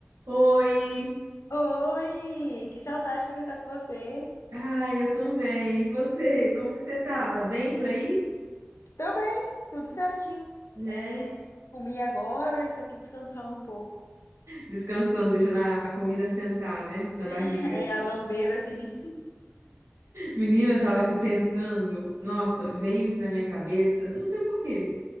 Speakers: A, on the right; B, on the left.
A: Oi,
B: Oi, que saudade de conversar com você.
A: ai, eu também. E você? Como que você tá? Tá bem por aí?
B: Tô bem, tudo certinho.
A: Né?
B: É, comi agora e tô aqui descansando um pouco.
A: Descansando, deixando a, a comida sentar, né? Na barriga.
B: <laughs> É, a lambeira vim.
A: Menina, eu tava aqui pensando, nossa, veio isso na minha cabeça, não sei porquê.